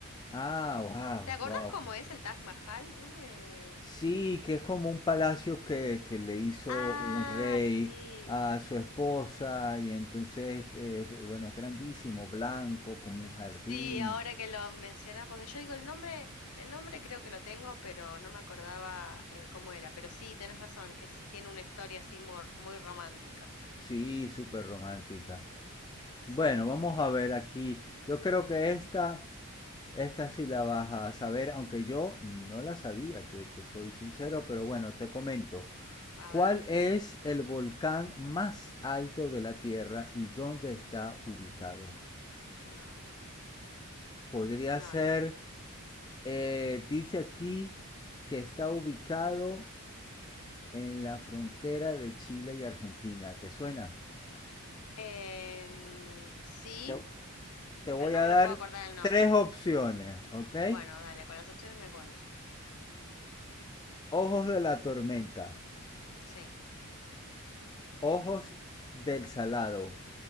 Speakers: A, on the left (about 20°); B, on the left (about 85°).
A: Ah, wow,
B: ¿Te acordás
A: wow. ok.
B: cómo es el Taj Mahal? No me...
A: Sí, que es como un palacio que, que le hizo
B: Ah,
A: un rey
B: sí.
A: a su esposa y entonces, eh, bueno, es grandísimo, blanco, como un jardín.
B: Sí, ahora que lo mencionas, porque yo digo el nombre, el nombre creo que lo tengo, pero no me acordaba eh, cómo era. Pero sí, tenés razón, es, tiene una historia así muy, muy romántica.
A: Sí, súper romántica.
B: Sí,
A: Bueno, vamos a ver aquí. Yo creo que esta, esta sí la vas a saber, aunque yo no la sabía, te, te soy sincero, pero bueno, te comento.
B: a
A: ¿Cuál
B: ver,
A: es el volcán más alto de la Tierra y dónde está ubicado?
B: no, bueno,
A: Podría
B: no,
A: ser,
B: no.
A: eh, dice aquí que está ubicado en la frontera de Chile y Argentina. ¿Te suena?
B: Em, sí,
A: Te, te voy
B: pero no
A: a
B: me
A: dar
B: lo puedo acordar el nombre.
A: tres opciones, ¿ok?
B: Bueno, dale, con las opciones me acuerdo.
A: Ojos de la tormenta,
B: Sí.
A: ojos del salado,